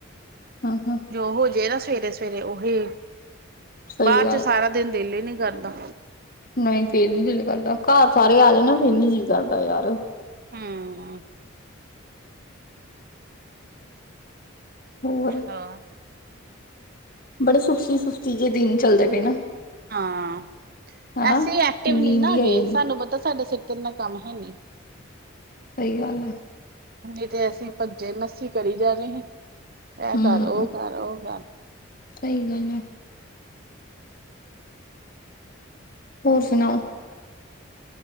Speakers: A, on the left (about 45°); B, on the right (about 45°).
A: ਹੂੰ ਹੂੰ
B: ਜੋ ਹੋ ਜੇ ਨਾ। ਸਵੇਰੇ ਸਵੇਰੇ ਉਹੀ।
A: ਸਹੀ
B: ਬਾਅਦ
A: ਗੱਲ
B: ਚ ਸਾਰਾ ਦਿਨ ਦਿਲ ਹੀ ਨੀ ਕਰਦਾ।
A: ਨਹੀਂ ਫੇਰ ਨੀ ਦਿਲ ਕਰਦਾ ਘਰ ਸਾਰੇ ਆ ਜਾ ਨਾ ਫੇਰ ਨੀ ਦਿਲ ਕਰਦਾ ਯਾਰ।
B: ਹੂੰ।
A: ਹੋਰ।
B: ਹਾਂ
A: ਬੜੇ ਸੁਸਤੀ ਸੁਸਤੀ ਜਿਹੇ ਦਿਨ। ਚੱਲਦੇ ਪਏ ਨਾ।
B: ਹਾਂ
A: ਹਨਾ
B: ਐਸੀ ਐਕਟਿਵ
A: ਨੀਂਦ
B: ਨਹੀਂ ਨਾ
A: ਹੀ
B: ਹੈਗੇ
A: ਆਈ ਜਾਂਦੀ
B: ਸਾਨੂੰ ਪਤਾ ਸਾਡੇ। ਕਿੰਨਾ ਕੰਮ ਹੈਨੀ।
A: ਸਹੀ ਗੱਲ ਹੈ।
B: ਨਹੀਂ ਤੇ ਅਸੀਂ ਭੱਜੇ ਲਸੀ ਕਰੀ ਜਾਣੇ ਸੀ? ਇਹ
A: ਹੂੰ
B: ਕਰ ਉਹ ਕਰ ਉਹ ਕਰ।
A: ਸਹੀ ਗੱਲ ਆ। ਹੋਰ ਸੁਣਾਓ?